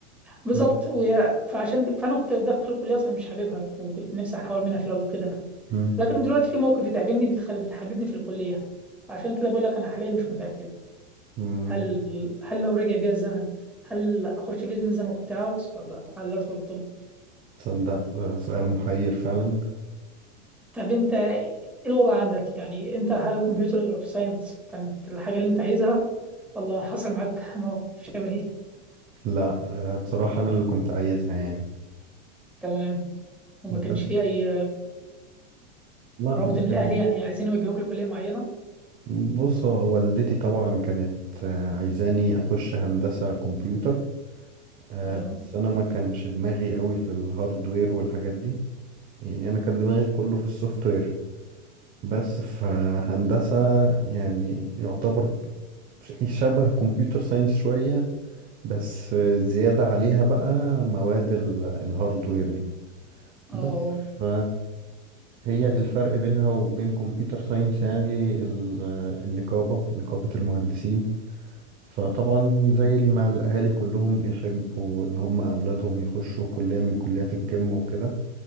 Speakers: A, in the centre; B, on the right.
A: بالظبط
B: مم.
A: وهي- فعشان فانا كنت داخل الكليه اصلا مش حاببها وكنت نفسي احاول منها في الاول كده
B: مم.
A: لكن دلوقتي في مواقف بتقابلني بتخل... بتحببني في الكليه عشان كده بقول لك انا حاليا مش متاكد
B: مم.
A: هل هل لو رجع بيا الزمن هل اخش بيزنس زي ما كنت عاوز ولا هل ادخل طب
B: تصدق آه، سؤال محير فعلا
A: طب انت ايه الوضع عندك يعني انت هل كمبيوتر ساينس كانت الحاجه اللي انت عايزها ولا حصل معاك موقف شبهي
B: لا آه، بصراحة انا اللي كنت عايزها يعني
A: تمام وما
B: بس
A: كانش فيه اي
B: لا
A: رفض
B: ما
A: من الاهل
B: كان
A: يعني عايزين يوجهوك لكليه معينه
B: بص هو والدتي طبعا كانت آه، عايزاني اخش هندسة كمبيوتر آه،
A: تمام
B: بس انا ما كانش دماغي قوي في الهاردوير والحاجات دي يعني انا كان دماغي كله في السوفت وير بس في هندسة يعني يعتبر ش- شبه كمبيوتر ساينس شوية بس زيادة عليها بقى مواد ال- الهاردوير دي
A: اه
B: بس ف هي الفرق بينها وبين كمبيوتر ساينس يعني ال- النقابة نقابة المهندسين فطبعا زي ما الأهالي كلهم بيحبوا إن هم أولادهم يخشوا كلية من كليات القمة وكده